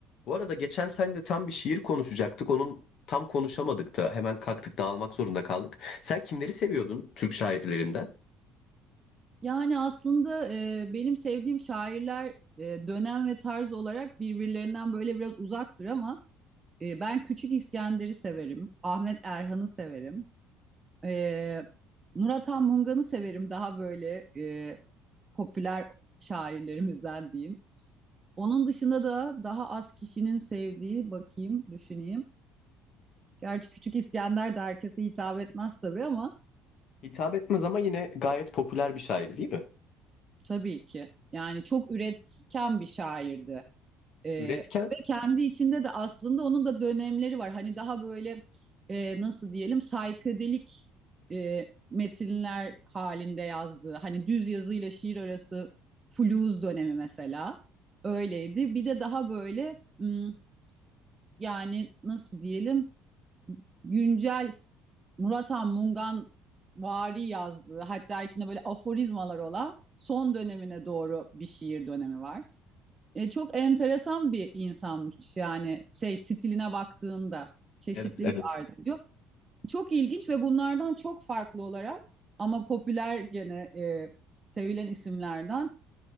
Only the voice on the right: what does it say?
Yani aslında e, benim sevdiğim şairler e, dönem ve tarz olarak birbirlerinden böyle biraz uzaktır ama e, ben Küçük İskender'i severim, Ahmet Erhan'ı severim, e, Murat Han Mungan'ı severim daha böyle e, popüler şairlerimizden diyeyim. Onun dışında da daha az kişinin sevdiği bakayım, düşüneyim. Gerçi Küçük İskender de herkese hitap etmez tabii ama
tabii ki. Yani çok üretken bir şairdi. Ee,
ve kendi içinde de aslında onun da dönemleri var. Hani daha böyle e, nasıl diyelim saykadelik e, metinler halinde yazdığı. Hani düz yazıyla şiir arası fluz dönemi mesela öyleydi. Bir de daha böyle m, yani nasıl diyelim güncel Murat Han Mungan vari yazdığı hatta içinde böyle aforizmalar olan son dönemine doğru bir şiir dönemi var e, çok enteresan bir insanmış yani şey stiline baktığında çeşitlilik
arz ediyor. Çok ilginç ve bunlardan çok farklı olarak ama popüler gene e, sevilen isimlerden.